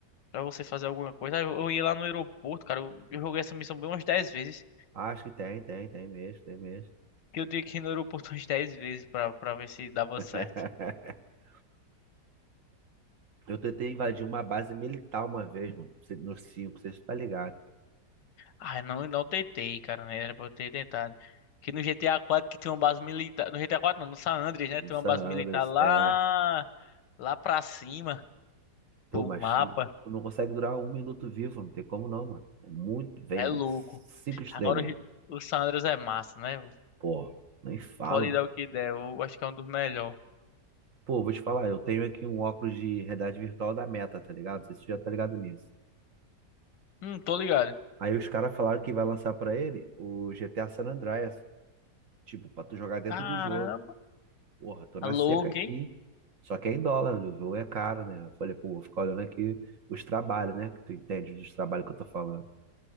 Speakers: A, on the left (about 85°); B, on the right (about 50°).
A: pra você fazer alguma coisa. Eu, eu ia lá no aeroporto, cara, eu, eu joguei essa missão bem umas dez vezes.
B: acho que tem, tem, tem mesmo, tem mesmo.
A: Que eu tinha que ir no aeroporto <laughs> umas 10 vezes pra, pra ver se dava
B: <laughs>
A: certo.
B: Eu tentei invadir uma base militar uma vez, mano. Cê- No 5, vocês tá ligado?
A: Ah, não, não tentei, cara, né? Era pra eu ter tentado. Que no GTA 4 que tem uma base militar. No GTA 4 não, no San Andreas, né?
B: No
A: Tem
B: San
A: uma base
B: Andreas,
A: militar lá,
B: é.
A: lá pra cima
B: Pô,
A: do
B: mas
A: mapa.
B: tu tu não consegue durar um minuto vivo, não tem como não, mano. É muito, bem
A: É louco.
B: cinco estrelinhas.
A: Agora o, G- o San Andreas é massa, né?
B: Pô, nem fala,
A: Pode
B: mano.
A: dar o que der. Eu acho que é um dos melhores.
B: Pô, vou te falar, eu tenho aqui um óculos de realidade virtual da Meta, tá ligado? Não sei se tu já tá ligado nisso.
A: Hum, tô ligado.
B: Aí os caras falaram que vai lançar pra ele o GTA San Andreas, tipo, pra tu jogar dentro
A: Caramba,
B: do jogo. Porra, tô
A: tá
B: na
A: louco,
B: seca aqui.
A: hein?
B: Só que é em dólar, o jogo é caro, né? Eu falei, pô, vou ficar olhando aqui os trabalhos, né? Que tu entende dos trabalhos que eu tô falando.